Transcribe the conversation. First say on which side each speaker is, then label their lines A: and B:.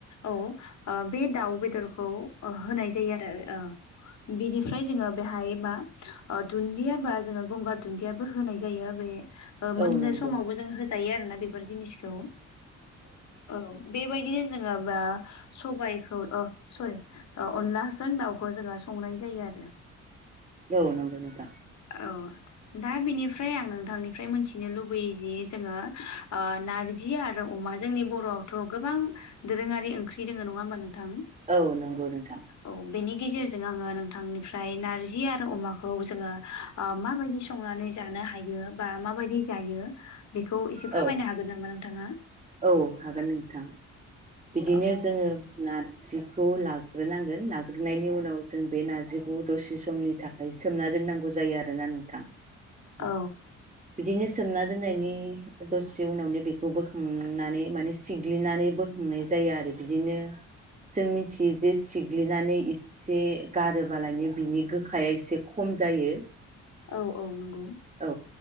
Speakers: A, on the left; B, on the right.
A: औ ओ बे दाउ बेदरखौ ओ होनाय जायो आरो ओ। बिनिफ्राय जोङो बेहाय मा ओ दुन्दिया बा जोङो गंगार दुन्दियाबो होनाय जायो बे ओ
B: औ
A: मोननो
B: नंगौ
A: समावबो जों होजायो आरो ना बेफोर जिनिसखौ औ। बेबायदिनो जोङो बा सबाइखौ ओ सरि औ अनलाजों दाउखौ जोङो संनाय जायो आरो।
B: औ नंगौ नोंथां।
A: औ। दा बिनिफ्राय आं नोंथांनिफ्राय मिथिनो लुबैयो जि जोङो आ नारजि जि आरो अमा जोंनि बर'आवथ' गोबां दोरोङारि ओंख्रि दोङो नङा होमबा नोंथां।
B: औ नंगौ नोंथां।
A: औ बेनि गेजेरजों आङो नोंथांनिफ्राय नारजि आरो अमाखौ जोङो आ माबायदि स संनानै जानो हायो बा माबायदि जायो। बेखौ एसे
B: औ
A: फोरमायनो हागोन नामा नोंथाङा?
B: औ हागोन। नोंथां बिदिनो
A: औ
B: जोङो नारजिखौ लाग्रोनांगोन लाग् ग्रोनायनि उनाव जों बे नारजिखौ दसे समनि थाखाय सोमना दोननांगौ जायो आरोना नोंथां। <inaudible>
A: औ
B: बिदिनो सोमना दोननायनि दसे उनावनो बेखौ बोखांनानै माने सिग्लिनानै बोख संनाय जायो। आरो बिदिनो जों मिथियो जे सिग्लिनानै एसे गारोबालायनो बिनि गोखाया एसे खम जायो।
A: औ औ नंगौ।
B: औ।